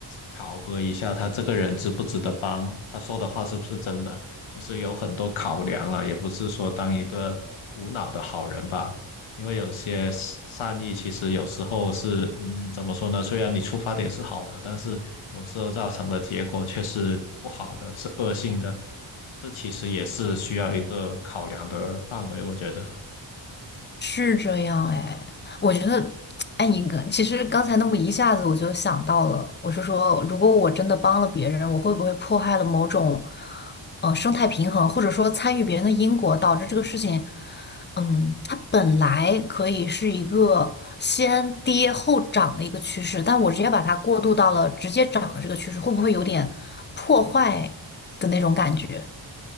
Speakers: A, on the left (about 85°); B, on the left (about 25°).
A: 考核一下他这个人值不值得帮，他说的话是不是真的。其实有很多考量了，也不是说当一个无脑的好人吧。因为有些是善意其实有时候是，嗯，怎么说呢？虽然你出发点是好的，但是有时候造成的结果却是不好的，是恶性的。这其实也是需要一个考量的范围，我觉得。
B: 是这样哎，我觉得，哎，你刚其实刚才那么一下子我就想到了，我是说，如果我真的帮了别人，我会不会破坏了某种，呃，生态平衡，或者说参与别人的因果，导致这个事情，嗯，它本来可以是一个先跌后涨的一个趋势，但我直接把它过渡到了直接涨的这个趋势，会不会有点破坏的那种感觉？